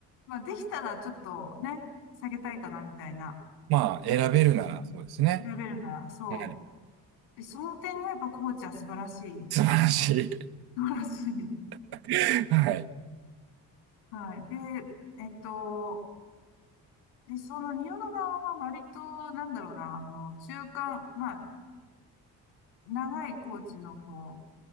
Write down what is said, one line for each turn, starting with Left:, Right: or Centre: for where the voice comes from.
Left: まあ、できたらちょっとね、下げたいかなみたいな。
Right: まあ、選べるなら、
Left: うん
Right: そうですね。
Left: 選べるなら、そう。
Right: うん。
Left: でその点がやっぱコーチは素晴らしい。
Right: 素晴らしい。
Left: <laughs> 素晴らしい。
Right: <laughs> はい。
Left: はい。で、えっと、で、その仁淀川は割と、なんだろうな、あの、中間、まあ、長いコーチのこ